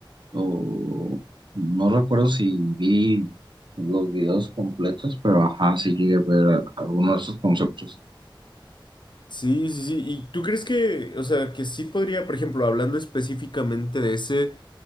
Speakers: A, on the right; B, on the left.
A: o no recuerdo si vi los videos completos, pero ajá, sí llegué a ver a- algunos de esos conceptos.
B: Sí, sí, sí. ¿Y tú crees que, o sea, que sí podría, por ejemplo, hablando específicamente de ese,